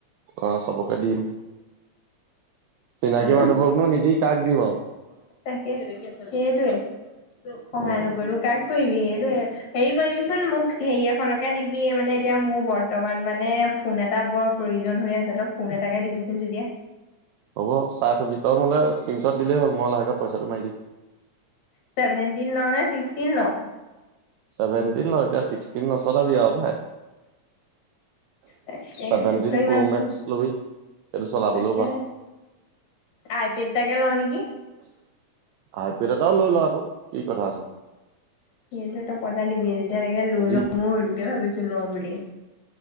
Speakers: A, on the right; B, on the left.
A: অ চবকে দিম, চিনাকী
B: অ
A: মানুহবোৰকনো নিদি কাক দিব
B: তাকে সেইটোৱে, তোক সহায়
A: উম
B: নকৰিনো কাক কৰিবি সেই দে, হেৰি কৰিবিচোন মোক হেৰি এখনকে দিবি, মানে এতিয়া মোৰ বৰ্তমান মানে ফোন এটা বৰ প্ৰয়োজন হৈ আছে, তই ফোন এটাকে দিবিচোন তেতিয়া।
A: হব চাহটো ভিতৰ মুলে স্কিনচট দিলেই হ'ল, মই লাহেকে পইচাটো মাৰি দিম।
B: ছেভেনটিন লওঁ নে, ছিকচটিন লওঁ
A: চেভেনটিন ল এতিয়া ছিক্সটিন নচলাবি য়াও পায়।
B: তাকে
A: ছেভেনটিন
B: তই ইমান
A: প্ৰ'
B: জোৰ
A: মেক্স লবি। এইটো চলাবলৈও
B: তাকে
A: ভাল
B: আই পেড তাকে লও নেকি।
A: আাইপেড এটাও লৈ লওঁ আকৌ কি কথা আছে।
B: সেইটো তো পইচা দিবি যেতিয়া তকে লৈ
A: যি
B: লওঁ মই সেইটোকে ভাবিছো লওঁ বুলি।